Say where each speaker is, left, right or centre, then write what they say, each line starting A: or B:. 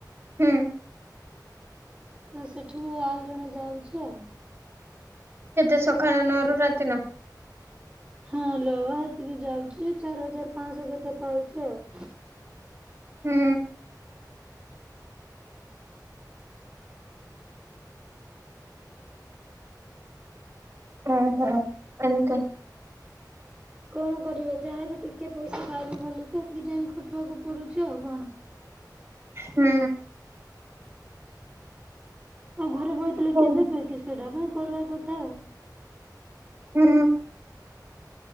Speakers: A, on the right (about 35°); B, on the right (about 15°).
A: ହୁଁ।
B: କୁ ସେଠୁକୁ ଆଉ ଜଣେ ଯାଉଚି ଆଉ।
A: କେତେ ସଖାଳ ନଅରୁ ରାତି ନଅ।
B: ହଁ ଲୋ ହେତିକି ଯାଉଚି ଚାର୍ ହଜାର ପାଁଶ କେତେ ପାଉଚି ଆଉ।
A: ହୁଁ। ଓହୋ ଏମତି।
B: କଣ କରିବା ଯାହା ବି ଟିକେ ପଇସା ପାଇବେ ବୋଲିକି ହେତିକି ଟାଇମ୍ ଖଟିବାକୁ ପଡୁଚି ଆଉ କଣ।
A: ହୁଁ।
B: ଆଉ ଘରେ ବଇଥିଲେ
A: ହଉ
B: କିଏ ଦେବେ କି ସେଇଟା ପାଇଁ କରିବା କଥା ଆଉ।
A: ହୁଁ।